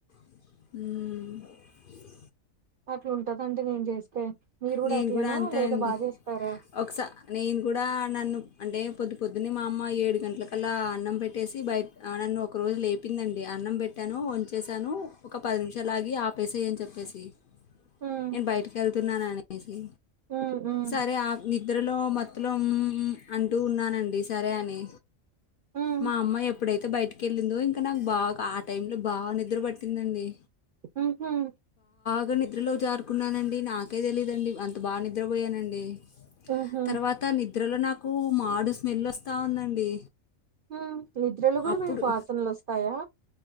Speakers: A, on the left; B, on the right.
A: మ్
B: అట్లుంటదండి నేను చేస్తే మీరు
A: నేను
B: అట్లేనా
A: కూడా అంతే
B: లేదా
A: అండి
B: బాగా చేస్తారా
A: ఒకస నేను కూడా నన్ను అంటే పొద్దు పొద్దున్నే మా అమ్మ ఏడు గంటలకల్లా అన్నం పెట్టేసి బయట నన్ను ఒక రోజు లేపిందండి అన్నం పెట్టాను వంచేసాను ఒక పది నిమిషాలు ఆగి ఆపేసేయ్యి అని చెప్పేసి
B: ఉమ్
A: నేను బయటికేళ్తున్నాను అనేసి
B: ఉమ్ ఉమ్
A: సరే ఆఫ్ నిద్రలో మొత్తలో మ్ మ్ అంటూ ఉన్నానండి సరే అని
B: ఉమ్
A: మా అమ్మయి ఎప్పుడైతే బయటి కెళ్ళిందో ఇంక నాకు బాగా ఆ టైమ్ లో బాగా నిద్ర పట్టిందండి
B: ఉహ్మ్
A: బగా నిద్రలో జారుకున్నానండి నాకే తెలీయదండి అంత బా నిద్రపోయానండి
B: ఉహూ
A: తర్వాత నిద్రలో నాకు మాడు స్మెల్ ఓస్తా ఉందండి
B: హ్మ్ నిద్రలో కూడ
A: అప్పుడు
B: మీకు వాసనలు వస్తాయా